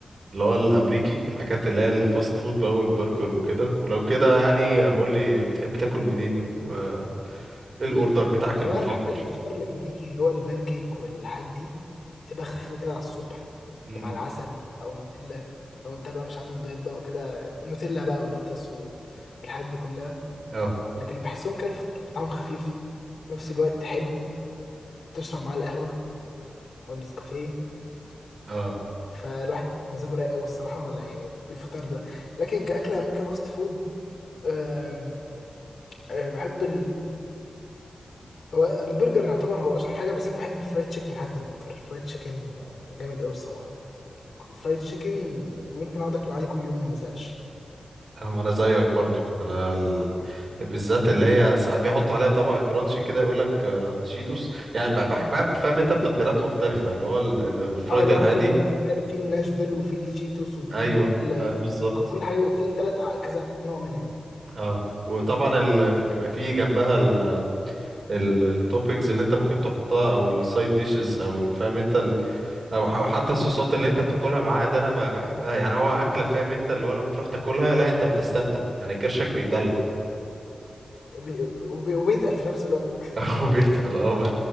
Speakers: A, on the right; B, on the left.
A: اللي هو الامريكي الحاجات اللي هي الفاست فود بقى والبرجر وكده ولو كده يعني قول لي بتحب تاكل منين و... ايه الاوردر بتاعك المفضل
B: والله انا بحب الفطار الامريكي اللي هو البان كيك والحاجات دي تبقى خفيفه كده على الصبح
A: امم
B: مع العسل او نوتيلا لو انت بقى مش عامل دايت بقى وكده نوتيلا بقى ولوتس والحاجات دي كلها
A: اه
B: لكن بحسهم كده الفطار بتاعهم خفيف في نفس الوقت حلو تشرب معاه القهوه او النسكافيه
A: اه
B: فالواحد مزاجه رايق قوي الصراحه ولا يعني بالفطار ده لكن كاكل امريكا فاست فود أه أه بحب هو البرجر يعتبر هو اشهر حاجه بس انا بحب الفرايد تشيكن محدي اكتر الفرايد تشيكن آه، جامد قوي الصراحه الفرايد تشيكن ممكن اقعد اكله عادي كل يوم ما ازهقش
A: أه، انا زيك برضو انا ال... بالذات اللي هي ساعات بيحطوا عليها طبق كرانشي كده يقول لك آه، شيتوس يعني ب- بحبها فاهم انت بتتبيلات مختلفه اللي هو ال... ال- الفرايد
B: اه اللي
A: العادي
B: هو في ال- في النا- في الناشفيل وفي التشيتوس وفي
A: ايوه
B: ال-
A: اه بالظبط
B: ك- كل حاجه في ثلاث كذا نوع منها يعني
A: اه وطبعا ال... بيبقى فيه جنبها ال... ال... التوبينجز اللي انت ممكن تحطها او السايد ديشز او ال- فاهم انت او أو حتى الصوصات اللي انت بتاكلها معاها ده انا ب- بحبها يعني هو اكله فاهم انت اللي هو لما تروح تاكلها لا انت بتستمتع يعني كرشك بيتدلع
B: وبي- وبي- وبيتقل في نفس الوقت
A: <laughs> او بيتقل اه ب-